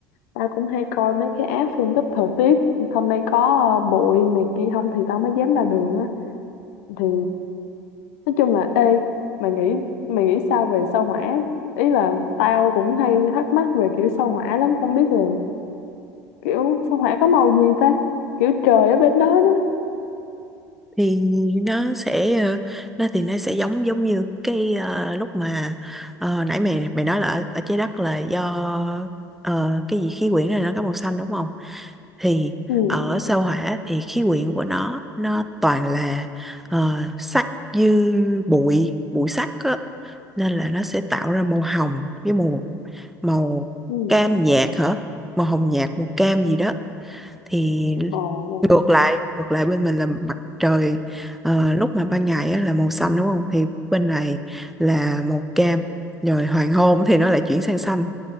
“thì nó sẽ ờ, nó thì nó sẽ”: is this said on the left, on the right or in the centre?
Centre